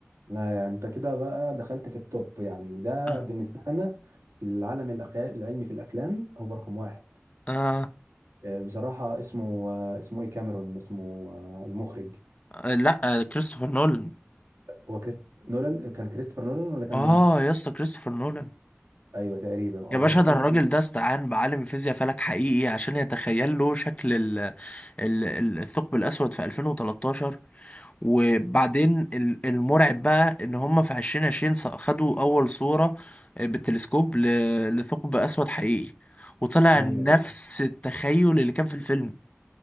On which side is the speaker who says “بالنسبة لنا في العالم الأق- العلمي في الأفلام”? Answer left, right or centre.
Right